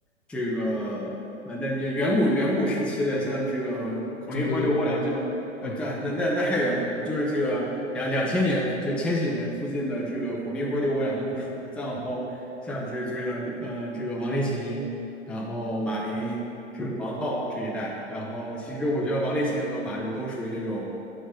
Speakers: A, in the centre; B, on the left.
A: 这个啊，那你远古远古时期的像这个孔令辉、
B: 庄则栋，
A: 刘国梁就呃，
B: 嗯，
A: 这那那那太远古了，就是这个两两千年就千禧年附近的这个孔令辉、刘国梁就不说了，再往后像这这个呃这个王励勤。然后马琳是王浩这一代，然后其实我觉得王励勤和马琳都属于那种，